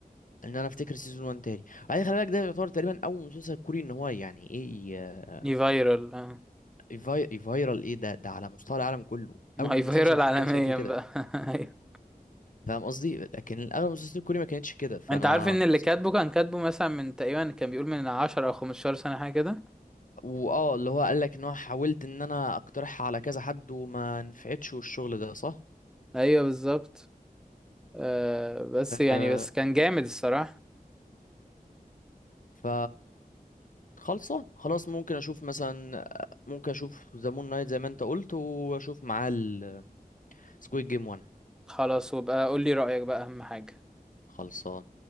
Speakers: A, on the left (about 60°); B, in the centre.
A: ان انا افتكر سيزون 1 تاني بعدين خلي بالك ده يعتبر تقريبا اول مسلسل كوري ان هو يعني ايه ي-
B: دي فايرال اه
A: يفاي- يفايرال ايه ده ده على مستوى العالم كله
B: ما
A: اول
B: هي فايرال
A: مسلسل كوري
B: عالميا
A: يحصل فيه كده
B: بقى <laughs> ايوه
A: فاهم قصدي لكن الاغلب المسلسلات الكوري ما كانتش كده فانا
B: انت عارف ان اللي كاتبه كان كاتبه مثلا من تقريبا كان بيقول من 10 او 15 سنة حاجة كده
A: واه اللي هو قال لك ان هو حاولت ان انا اقترحها على كذا حد وما نفعتش والشغل ده صح
B: ايوه بالظبط آه بس يعني
A: أه
B: بس كان جامد الصراحة
A: ف خلصان خلاص ممكن اشوف مثلا ممكن اشوف ذا مون نايت زي ما انت قلت واشوف معاه السكويد جيم 1
B: خلاص وبقى قول لي رأيك بقى اهم حاجة
A: خلصان